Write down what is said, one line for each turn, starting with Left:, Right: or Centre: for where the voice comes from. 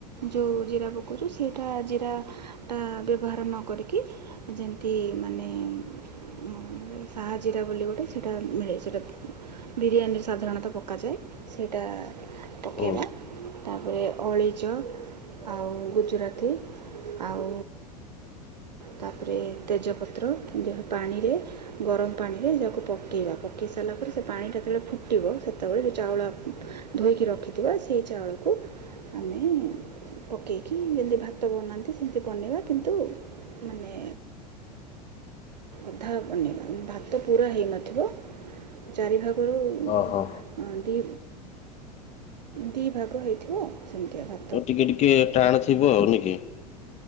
Right: ଯେଉଁ ଜିରା ପକାଉଛୁ ସେଇଟା ଜିରାଟା ବ୍ୟବହାର ନ କରିକି ଯେମିତି ମାନେ ହଁ ସାହାଜିରା ବୋଲି ଗୋଟେ ସେଇଟା ମିଳେ ସେଇଟା ବିରିୟାନୀ ସାଧାରଣତଃ ପକାଯାଏ ସେଇଟା ପକେଇବା
Left: ଓ
Right: ତାପରେ ଅଳେଇଚ ଆଉ ଗୁଜୁରାତି ଆଉ ତାପରେ ତେଜପତ୍ର ଦେହ ପାଣିରେ ଗରମ ପାଣିରେ ଯାହାକୁ ପକାଇବା ପକେଇ ସାରିଲା ପରେ ସେ ପାଣି ଯେତେବେଳେ ଫୁଟିବ ସେତେବେଳେ ଯେଉଁ ଚାଉଳ ଧୋଇକି ରଖିଥିବା ସେଇ ଚାଉଳକୁ ଆମେ ପକେଇକି ଯେମିତି ଭାତ ବନାନ୍ତି ସେମିତି ବନେଇବା କିନ୍ତୁ ମାନେ ଅଧା ବନେଇବା ଭାତ ପୁରା ହେଇନଥିବ ଚାରି ଭାଗରୁ
Left: ଓହୋ।
Right: ହଁ ଦି ଦି ଭାଗ ହେଇଥିବ ସେମତିଆ ଭାଗ
Left: ଟିକେ ଟିକେ ଟାଣ ଥିବ ନା କି।